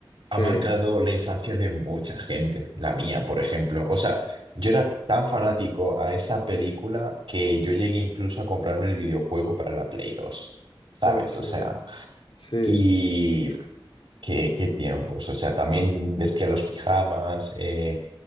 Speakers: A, on the left; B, on the right.
A: Sí,
B: ha marcado la infancia de mucha gente, la mía, por ejemplo. O sea, yo era tan fanático a esa película que yo llegué incluso a comprarme el videojuego para la Play 2, ¿sabes?
A: ok,
B: O sea,
A: sí,
B: y qué, qué tiempos. O sea, también vestía los pijamas, eh,